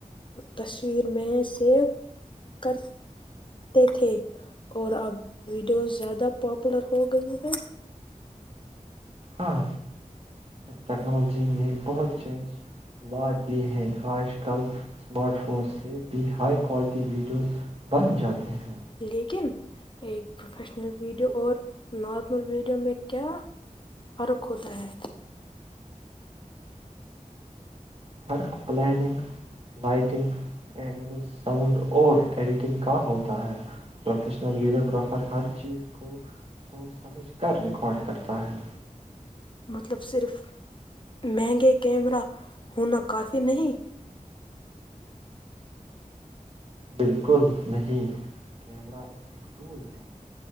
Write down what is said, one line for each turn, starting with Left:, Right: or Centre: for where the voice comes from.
Left: تصویر میں سیو کرتے تھے اور اب ویڈیوز زیادہ پاپولر ہو گئی ہے
Right: ہاں ٹیکنالوجی نے بہت ز وات ہیں آج کل اسمارٹ فون سے بھی ہائی کوالٹی ویڈیوز بن جاتے ہیں
Left: لیکن ایک پروفیشنل ویڈیو اور نارمل ویڈیو میں کیا فرق ہوتا ہے
Right: فرق پلاننگ لائٹنگ این ساؤنڈ اور ایڈیٹنگ کا ہوتا ہے پروفیشنل ویڈیوگرافر ہر چیز کو سوچ سمجھ کر ریکارڈ کرتا ہے
Left: مطلب صرف مہنگے کیمرہ ہونا کافی نہیں
Right: بالکل نہیں کیمرہ ایک ٹول ہے